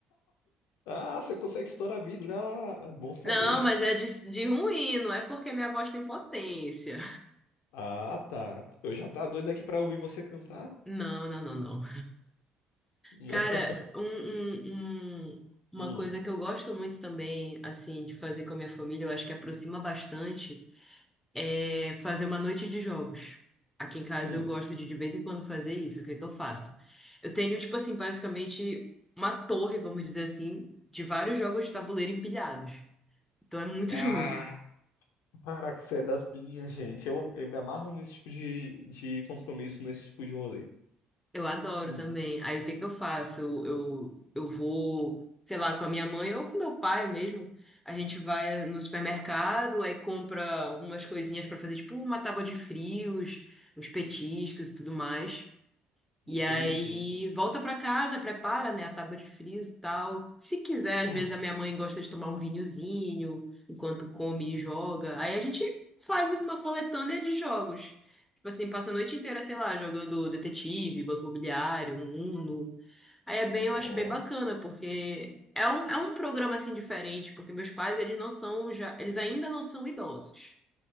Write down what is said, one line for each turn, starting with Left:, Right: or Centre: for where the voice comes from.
Left: Ah, você consegue estourar vidro. Ah, é bom saber.
Centre: Não, mas é de, de ruim, não é porque minha voz tem potência.
Left: Ah, tá. Eu já tá doido aqui pra ouvir você cantar.
Centre: Não, não, não, não.
Left: <laughs>
Centre: Cara, um, um- um- uma
Left: Hum,
Centre: coisa que eu gosto muito também, assim, de fazer com a minha família, eu acho que aproxima bastante. é fazer uma noite de jogos. Aqui em casa
Left: sim.
Centre: eu gosto de de vez em quando fazer isso. O que que eu faço? Eu tenho, tipo assim, basicamente uma torre, vamos dizer assim, de vários jogos de tabuleiro empilhados. Então é muito
Left: Ah,
Centre: <laughs> jogo.
Left: para que você é das minhas, gente. Eu, eu me amarro nesse tipo de, de compromisso, nesse tipo de rolê.
Centre: Eu adoro
Left: Hum.
Centre: também. Aí o que que eu faço? Eu, eu, eu vou, sei lá, com a minha mãe ou com meu pai mesmo. A gente vai eh, no supermercado, aí compra algumas coisinhas pra fazer, tipo uma tábua de frios, uns petiscos e tudo mais. E
Left: Sim,
Centre: aí
Left: sim.
Centre: volta pra casa, prepara, né, a tábua de frios e tal. Se quiser,
Left: Hum.
Centre: às vezes a minha mãe gosta de tomar um vinhozinho enquanto come e joga. Aí a gente faz uma coletânea de jogos. Tipo assim, passa a noite inteira, sei lá, jogando detetive, banco imobiliário, um Uno. Aí é bem, eu
Left: Ó,
Centre: acho bem bacana, porque é um, é um programa assim diferente, porque meus pais, eles não são já, eles ainda não são idosos.